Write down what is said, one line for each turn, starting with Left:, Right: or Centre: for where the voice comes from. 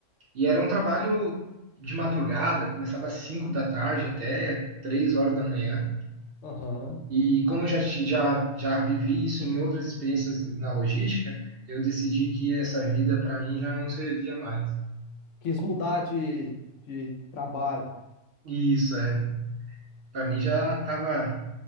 Right: E era um trabalho de madrugada, começava às 5 da tarde até 3 horas da manhã.
Left: Aham.
Right: E como eu já, ti- já, já vivi isso em outras experiências na logística, eu decidi que essa vida para mim já não servia mais.
Left: Quis mudar de, de trabalho.
Right: E Isso, é. Para mim já estava.